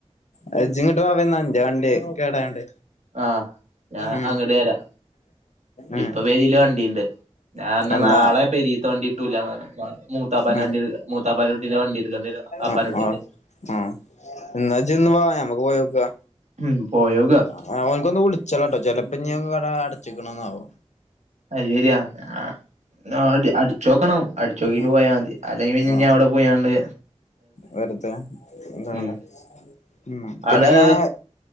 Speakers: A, on the left; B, on the right.
A: അയ് ഇജ്ജ് ഇങ്ങട്ട് വാ ഇപ്പ ഇന്റെ വണ്ടി കേടായോണ്ട്.
B: ആഹ് ഞാൻ
A: ഉം
B: അങ്ങട്ട് വരാ,
A: ഉം
B: ഇപ്പൊ പെരീല വണ്ടിണ്ട്. ഞാൻ അന്നെ
A: എന്നാ
B: നാളെ പെരീത്തെ വണ്ടി കിട്ടൂല്ല നാളെ മൂത്താപ്പാന്റെ
A: ഉം
B: വണ്ടി എട്ക്ക മൂത്താപ്പാന്റെ കുട്ടിന്റെ വണ്ടി എട്ക്കണ്ടി വരും ആപ്പാന്റെ
A: ആഹ്
B: കുട്ടിന്റെ
A: ആഹ് ആഹ്, ഇന്നാ ഇജ്ജ് ഇന്ന് വാ നമ്മക്ക് പോയോക്ക്.
B: ഉം പോയോക്ക.
A: ആഹ്, ഓൻക്കൊന്ന് വിളിച്ചാളട്ടോ ചെലപ്പോൾ ഇഞ്ഞ് കട അടച്ചിക്കണാവോ.
B: അയ് ശരിയാ, ആഹ് ആദ്യ അടിച്ചോക്കണം അടിച്ചോക്കിട്ട്
A: ഉം
B: പോയാൽ മതി അല്ലെങ്കിൽ പിന്നെ ഇഞ്ഞ്
A: ആഹ്
B: അവിടെ പോയാണ്ട്
A: വെറുതെ എന്താക്കണ്ട
B: ഉം
A: ഉം പിന്നെ
B: അവിടെ
A: ഇന്നാ ഞാൻ വരാ